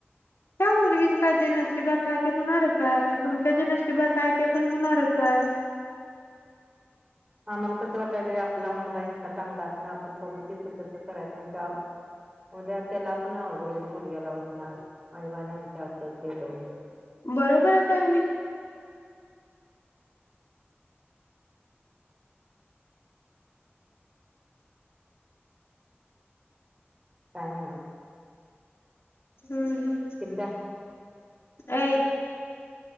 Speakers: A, on the left; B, on the right.
A: का मुलगी का जे नशिबात आहे ते होणारच आहे तुमच्या जे नशिबात आहे ते पण होणारच आहे
B: आम्हाला कसं वाटायलय आपल्याला मुगायचं का चांगलं अस ना आपण बघून टिकून तसं करायच नाही काम उद्या त्याला पण अवघर मुलग्याला वाटणार आईबाना अस ते बण
A: बरोबर आहे काय अी
B: कायनर
A: हम्म हम्म
B: काय?
A: अ